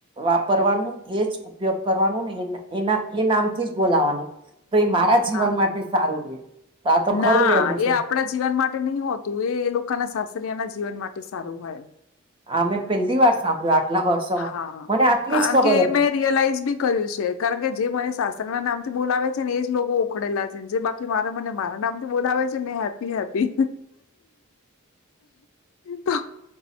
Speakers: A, on the right (about 25°); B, on the left (about 65°).
A: વાપરવાનું એજ ઉપયોગ કરવાનું ને એના એ નામથી જ બોલાવાનું તો એ મારા જીવન
B: હા
A: માટે સારું રહે તો આ તો ખરું
B: ના
A: લેણું છે.
B: એ આપણા જીવન માટે નહી હોતું એ એ લોકોના સાસરિયાના જીવન માટે સારું હોય.
A: આ મે પહેલી વાર સાંભળ્યું આટલા વર્ષોમાં
B: હા
A: મને આટલી
B: કારણ
A: જ ખબર
B: કે
A: હતી.
B: મેં રિયલાઈઝ બી કર્યું છે કારણકે જે મને સાસરીના નામ થી બોલાવે છે ને એજ લોકો ઉખડેલા છે જે બાકી જે મને મારા નામથી બોલાવે છે ને હેપી હેપી તો